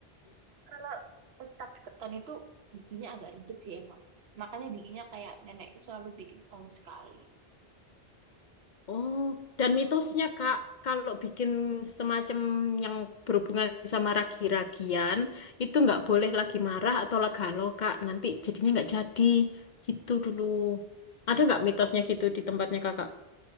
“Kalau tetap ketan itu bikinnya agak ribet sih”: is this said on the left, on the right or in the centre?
Right